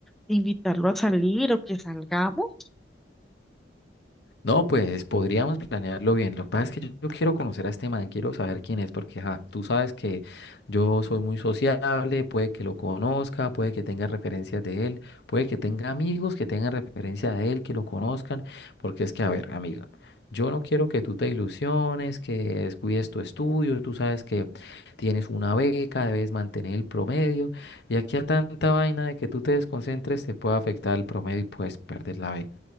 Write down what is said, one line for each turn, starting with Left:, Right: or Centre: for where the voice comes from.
Centre: invitarlo a salir o que salgamos?
Left: No, pues podríamos planearlo bien. Lo que pasa es que yo, yo quiero conocer a este man, quiero saber quién es, porque ajá, tú sabes que yo soy muy sociable, puede que lo conozca, puede que tenga referencias de él, puede que tenga amigos que tengan referencia de él, que lo conozcan, porque es que, a ver, amiga, yo no quiero que tú te ilusiones, que descuides tu estudio, tú sabes que tienes una beca, debes mantener el promedio, y aquí a tanta vaina de que tú te desconcentres te puede afectar el promedio y puedes perder la beca.